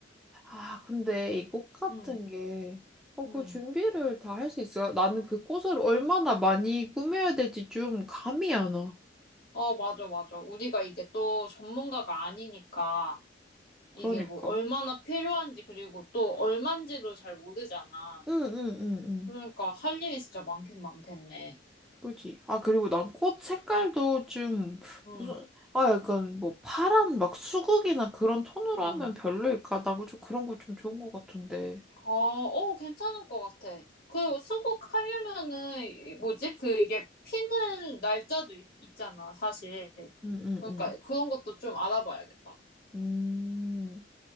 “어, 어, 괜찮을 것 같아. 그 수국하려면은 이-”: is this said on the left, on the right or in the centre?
Left